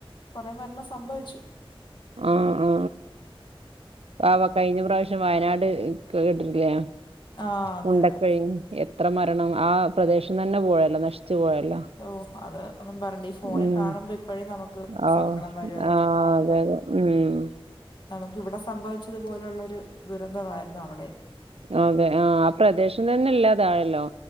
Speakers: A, on the left; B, on the right.
A: കൊറെ മരണം സംഭവിച്ചു.
B: ആഹ് ആഹ്. പാവം കയ്ഞ്ഞ പ്രാവശ്യം വയനാട് കേട്ടിട്ട്ല്ലേ
A: ആഹ് അതെ
B: മുണ്ടക്കഴിഞ്ഞി.
A: അതെ
B: എത്ര മരണം ആ പ്രദേശം തന്നെ പോഴല്ലോ നശിച്ചു പോയല്ലോ.
A: ഓ അത് ഒന്നും പറണ്ട ഈ ഫോണി
B: ഉം
A: കാണുമ്പോ ഇപ്പഴും നമുക്ക്
B: ആ
A: സങ്കടം വരും അതൊക്കെ
B: ആ
A: കാണു
B: അതെ ഉം.
A: നമുക്ക് ഇവിടെ സംഭവിച്ചതു പോലുള്ള ഒരു ദുരന്തമായ്രുന്നു അവിടെം.
B: അതെ ആഹ് ആ പ്രദേശം തന്നെ ഇല്ലാതായല്ലോ.